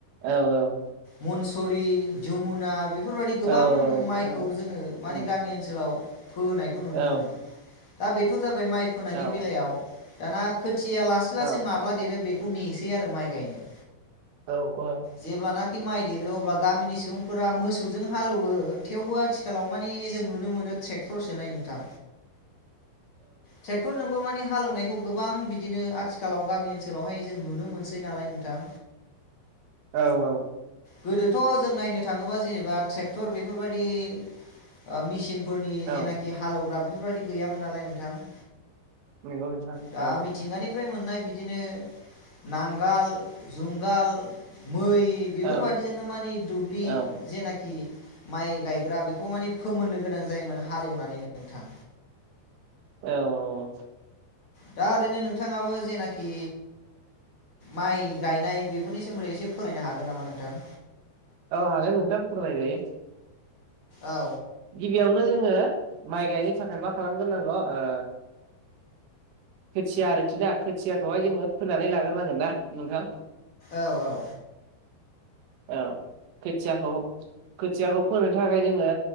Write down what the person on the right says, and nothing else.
औ औ
औ औ नोंथां
औ
उम
औ
औ
औ
औ ओ।
औ-औ।
औ
नोंगौ नोंथां
औ।
औ
औ
औ-औ-औ।
औ हागोन नोंथां फोरमायजायो।
गिबियावनो जोङो माइ गायनो थाखाय मा खालामग्रोनांगौ ओ खोथिया आरोखि ना खोथियाखौहाय जोङो फोननानै लाग्रोनांगोन ना नोंथां।
औ खोथियाखौ खोथियाखौ फोननो थाखाय जोङो